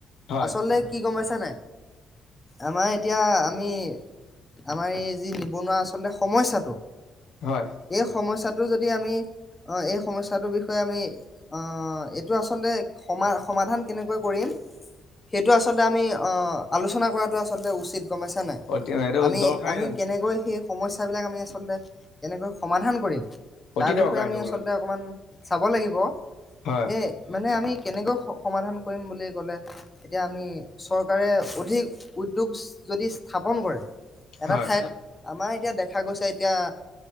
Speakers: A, on the left; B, on the left.
A: হয়
B: আচলতে কি গম পাইছে। আমাৰ এতিয়া আমি আমাৰ এই যি নিবনুৱা আচলতে সমস্যাটো
A: হয়
B: এই সমস্যাত টো যদি আমি আহ এই সমস্যাটোৰ বিষয়ে আমি আহ এইটো আচলতে সমা সমাধান কেনেকৈ কৰিম সেইটো আচলতে আমি আহ আলোচনা কৰাটো আচলতে উচিত। গম পাইছা নাই
A: অতি এইটো
B: আমি
A: দৰকাৰ
B: আমি কেনেকৈ সেই সমস্য সেইবিলাক আমি আচলতে এনেকৈ সমাধান কৰিম তাৰ
A: অতি
B: বিষয়ে
A: দৰকাৰ। এইটো
B: আমি আচলতে অকণমান। চাব লাগিব।
A: হয়
B: এ মানে আমি কেনেকৈ সমাধান কৰিম বুলি কলে এতিয়া আমি চৰকাৰে অধিক উদ্যোগ যদি স্থাপন কৰে। এটা
A: হয়
B: ঠাইত আমাৰ এতিয়া দেখা গৈছে। এতিয়া